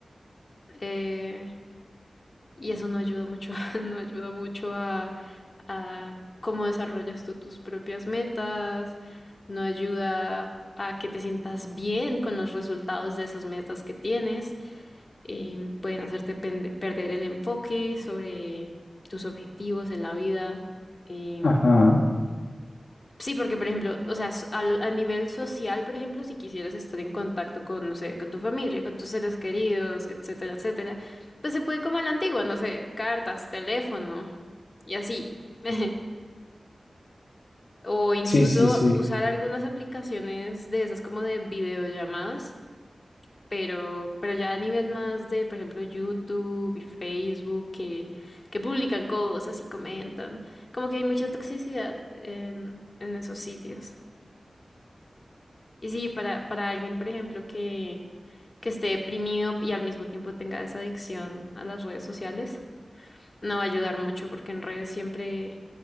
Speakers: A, on the left; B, on the left.
A: Eh, Y eso no ayuda mucho, <laughs> no ayuda mucho a, a cómo desarrollas tú tus propias metas, no ayuda a que te sientas bien con los resultados de esas metas que tienes, em, pueden hacerte pende- perder el enfoque sobre tus objetivos en la vida. em,
B: ajá,
A: Sí, porque por ejemplo, o sea, s- al- a, nivel social, por ejemplo, si quisieras estar en contacto con, no sé, con tu familia, con tus seres queridos, etcétera, etcétera, pues se puede como a la antigua, no sé, cartas, teléfono y así. <laughs> O incluso
B: sí, sí, sí.
A: usar algunas aplicaciones de esas como de videollamadas, pero, pero ya a nivel más de, por ejemplo, YouTube y Facebook que, que publican cosas y comentan. Como que hay mucha toxicidad en, en esos sitios. Y sí, para, para alguien, por ejemplo, que, que esté deprimido y al mismo tiempo tenga esa adicción a las redes sociales, no va a ayudar mucho porque en redes siempre,